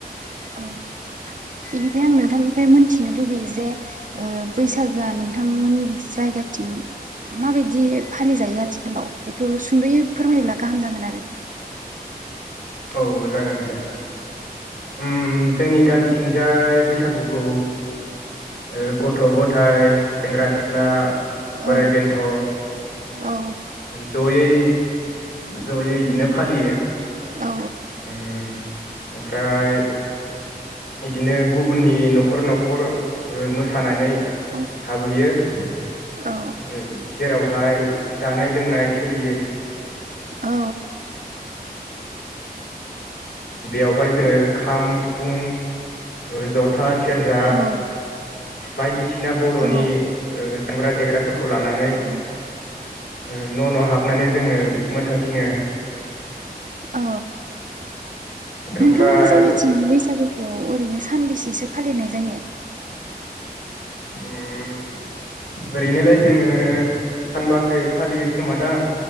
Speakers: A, on the right (about 50°); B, on the left (about 70°).
A: औ बेनिफ्राय आं नोंथांनिफ्राय मोनथिनो लुबै यो जे ओ बैसागोआ नोंथांमोननि जायगाथिं माबायदि फालिजायो आथिखालाव बेखौ सुंद'यै फोरमायोब्ला गाहाम जागोन आरो
B: औ जागोन दे ओम जोंनि गामिथिंजाय बैसागुखौ <inaudible> ओ गथ' गथाय सेंग्रा सिख्ला बोराइ
A: औ
B: बेन्थ'
A: औ
B: जयै जयै बिदिनो फालियो ओम
A: औ
B: ओमफ्राय बिदिनो गुबुननि न'खर न'खर ओ मो सानानै
A: औ
B: हाबोयो ओ
A: औ
B: जेरावहाय जानाय लोंनाय सोलियो
A: औ
B: बेयावहाय जोङो खाम सिफुं ओ ज था सेरजा
A: औ
B: बायदिसि ना बर'नि
A: औ
B: ओ दामग्रा देग्राफोरखौ लानानै ओ
A: औ
B: न' न' हाबनानै जोङो मोसाथिङो
A: औ
B: ओमफ्राय
A: नोंथांमोननि जायगाथिं बैसागुखौ ओरैनो सानबेसेसो फालिनाय जायो?
B: ओम ओरैनोलाय जोङो सानबासो फालियो खोमा दां